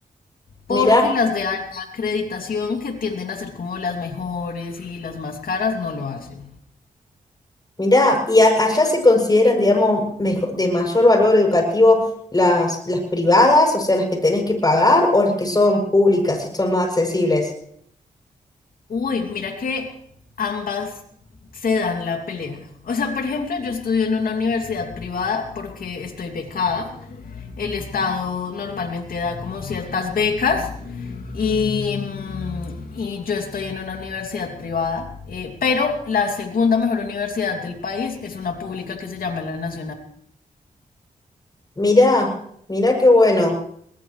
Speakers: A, on the left; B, on the left.
A: Mirá.
B: porque las de alta acreditación que tienden a ser como las mejores y las más caras no lo hacen.
A: Mirá, ¿y a- allá se consideran, digamos, mejo- de mayor valor educativo las, las privadas, o sea, las que tenés que pagar, o las que son públicas y son más accesibles?
B: Uy, mira que ambas se dan la pelea. O sea, por ejemplo, yo estudio en una universidad privada porque estoy becada. El Estado normalmente da como ciertas becas y, mm, y yo estoy en una universidad privada. Eh, pero la segunda mejor universidad del país es una pública que se llama La Nacional.
A: Mirá, mirá qué bueno.